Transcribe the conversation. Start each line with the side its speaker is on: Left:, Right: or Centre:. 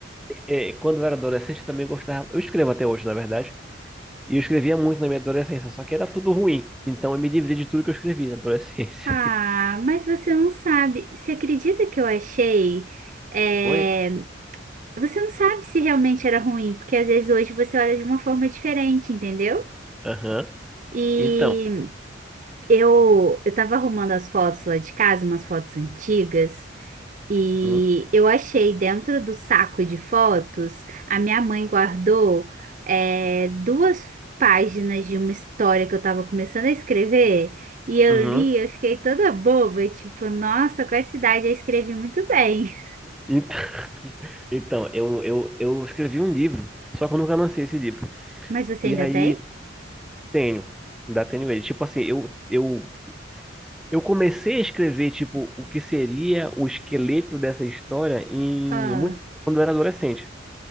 Centre: É, quando eu era adolescente, eu também gostava. Eu escrevo até hoje, na verdade. E eu escrevia muito na minha adolescência, só que era tudo ruim. Então eu me livrei de tudo que eu escrevi na adolescência.
Right: Ah, mas você não sabe. Você acredita que eu achei? é,
Centre: <laughs> Foi?
Right: Você não sabe se realmente era ruim, porque às vezes hoje você olha de uma forma diferente, entendeu?
Centre: Aham.
Right: E
Centre: Então.
Right: eu, eu tava arrumando as fotos lá de casa, umas fotos antigas, e
Centre: hum,
Right: eu achei dentro do saco de fotos, a minha mãe guardou é, duas páginas de uma história que eu tava começando a escrever, e eu
Centre: uhum.
Right: li, eu fiquei toda boba, tipo, nossa, com essa idade eu escrevi muito bem.
Centre: Ent- <laughs> Então, eu, eu, eu escrevi um livro, só que eu nunca lancei esse livro.
Right: <laughs> Mas você
Centre: E
Right: ainda
Centre: aí,
Right: tem?
Centre: tenho, ainda tenho ele. Tipo assim, eu, eu, eu comecei a escrever, tipo, o que seria o esqueleto dessa história em,
Right: Ah,
Centre: muito, quando eu era adolescente.